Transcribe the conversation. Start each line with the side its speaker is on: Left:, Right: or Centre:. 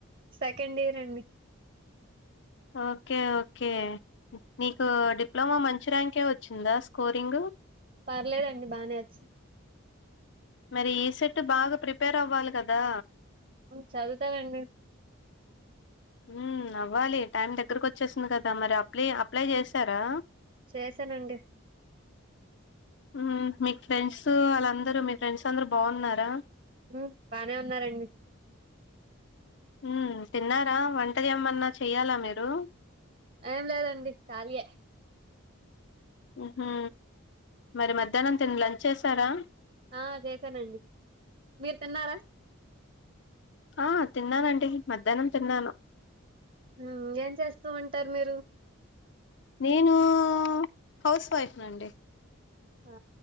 Right: సెకండ్ ఇయర్ అండి
Left: ఓకే ఓకే నీకు డిప్లొమా మంచి ర్యాంకే వచ్చిందా స్కోరింగ్
Right: పర్లేదండి బానే వచ్చింది
Left: మరి ఈసెట్ బాగా ప్రిపేర్ అవ్వాలి కదా
Right: ఉమ్ చదువుతాడాన్డీ
Left: ఉమ్ అవ్వాలి టైం దగ్గరకు వచ్చేసింది కదా మరి అప్లై అప్లై చేశారా
Right: చేసానండి
Left: ఉమ్ మీకు ఫ్రెండ్స్ వాళ్ళందరు మీ ఫ్రెండ్స్ అందరూ బాగున్నారా
Right: ఉమ్ బానే ఉన్నారండి
Left: ఉమ్ తిన్నారా వంట ఏమన్నా చెయ్యాలా మీరు
Right: ఏం లేదండి కాళీయే
Left: ఉహు మరి మధ్యాహ్నం తిని లంచ్ చేసారా
Right: ఆ చేసానండి మీరు తిన్నారా
Left: ఆ తిన్నానండి మధ్యాహ్నం తిన్నాను
Right: ఉమ్ ఏం చేస్తూ ఉంటారు మీరు
Left: నేను హౌస్ వైఫ్ నండి
Right: ఆ